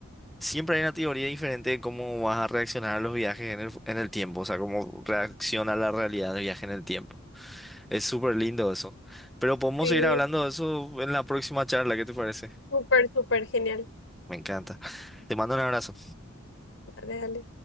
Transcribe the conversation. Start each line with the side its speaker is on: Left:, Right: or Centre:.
Centre: Siempre hay una teoría diferente de cómo vas a reaccionar a los viajes en el, fu- en el tiempo, o sea, cómo reacciona la realidad del viaje en el tiempo. Es súper lindo eso. Pero podemos
Left: Sí,
Centre: seguir hablando de eso en la próxima charla, ¿qué te parece?
Left: súper, súper genial.
Centre: Me encanta. Te mando un abrazo.
Left: Dale, dale.